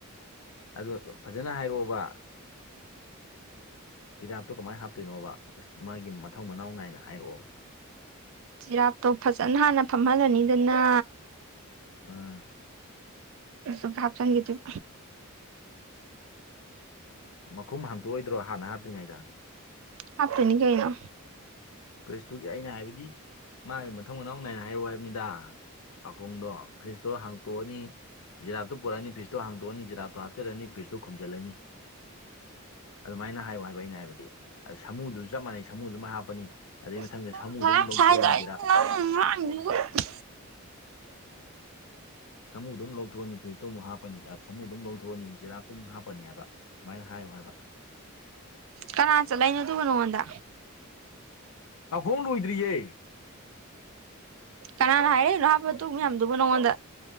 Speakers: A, on the left; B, on the right.
A: ꯑꯗꯣ ꯐꯖꯅ ꯍꯥꯏꯔꯛꯑꯣꯕ ꯖꯤꯔꯥꯞꯇꯣ ꯀꯃꯥꯏꯅ ꯍꯥꯞꯇꯣꯏꯅꯣꯕ ꯃꯥꯒꯤ ꯃꯊꯧ ꯃꯅꯥꯎ ꯅꯥꯏꯅ ꯍꯥꯏꯔꯛꯑꯣꯕ
B: ꯖꯤꯔꯥꯞꯇꯣ ꯐꯖꯅ ꯍꯥꯟꯅ ꯐꯝꯍꯜ ꯂꯅꯤꯗꯅ
A: ꯑ
B: ꯁꯨꯝ ꯍꯥꯞꯆꯟꯒꯤ ꯗꯨꯝ
A: ꯃꯈꯨꯝ ꯍꯥꯡꯇꯣꯛ ꯑꯣꯏꯗ꯭ꯔꯣ ꯍꯥꯟꯅ ꯍꯥꯞꯇ꯭ꯔꯤꯉꯩꯗ
B: ꯍꯥꯞ ꯇꯨꯏꯅꯤ ꯀꯩꯩꯅꯣ
A: ꯄ꯭ꯔꯦꯁꯇꯨꯒꯤ ꯑꯩꯅ ꯍꯥꯏꯕꯗꯤ ꯃꯥꯒꯤ ꯃꯊꯧ ꯃꯅꯥꯎ ꯅꯥꯏꯅ ꯍꯥꯏꯌꯨ ꯍꯥꯏꯕꯅꯤꯗ ꯄꯥꯎꯈꯨꯝꯗꯣ ꯐ꯭ꯔꯤꯖꯇꯣ ꯍꯥꯡꯇꯣꯛꯑꯅꯤ ꯖꯤꯔꯥꯇꯣ ꯄꯨꯔꯛ ꯑꯅꯤ ꯐ꯭ꯔꯤꯇꯣ ꯍꯥꯡꯇꯣꯛ ꯑꯅꯤ ꯖꯤꯔꯥꯞꯇꯣ ꯍꯥꯞꯆꯜꯂꯅꯤ ꯐ꯭ꯔꯤꯖꯇꯨ ꯈꯨꯝꯖꯤꯜꯂꯅꯤ ꯑꯗꯨꯃꯥꯏꯅ ꯍꯥꯏꯌꯨ ꯍꯥꯏꯕ ꯑꯩꯅ ꯍꯥꯏꯕꯗꯤ ꯑꯗ ꯁꯃꯨꯗꯨꯁꯨ ꯆꯞ ꯃꯥꯟꯅꯩ ꯁꯃꯨꯁꯨ ꯃꯥꯏꯅ ꯍꯥꯞꯄꯅꯤ ꯑꯗꯩ ꯃꯊꯪꯗ
B: ꯏꯁ ꯅꯨꯄꯥ
A: ꯁꯥꯃꯨꯗꯣ
B: ꯃꯊꯥ
A: ꯑꯃꯨꯛ
B: ꯌꯥꯝ
A: ꯂꯧꯊꯣꯛꯑꯅꯤ
B: ꯁꯥꯏꯗ
A: ꯖꯤꯔꯥꯞ
B: ꯑꯩꯅ <unintelligible>
A: ꯁꯃꯨꯗꯨ ꯑꯃꯨꯛ ꯂꯧꯊꯣꯛꯑꯅꯤ ꯐ꯭ꯔꯤꯖꯇꯨ ꯑꯃꯨꯛ ꯍꯥꯞꯄꯅꯤ ꯑ ꯁꯃꯨꯗꯨ ꯃꯨꯛ ꯂꯧꯊꯣꯛ ꯑꯅꯤ ꯖꯤꯔꯥꯞꯇꯨ ꯑꯃꯨꯛ ꯍꯥꯞꯄꯅꯤ ꯍꯥꯏꯕ ꯁꯨꯃꯥꯏꯅ ꯍꯥꯏꯌꯨ ꯍꯥꯏꯕ
B: ꯀꯅꯥꯅ ꯆꯜꯂꯛ ꯏꯅꯣ ꯑꯗꯨꯕꯨ ꯅꯉꯣꯟꯗ
A: ꯄꯥꯎꯈꯣꯡ ꯂꯣꯏꯗ꯭ꯔꯤꯌꯦ
B: ꯀꯅꯥꯅ ꯍꯥꯏꯔꯛ ꯏꯅꯣ ꯍꯥꯏꯕ ꯑꯗꯨꯝꯕ ꯃꯌꯥꯝꯗꯨꯕꯨ ꯅꯪꯉꯣꯟꯗ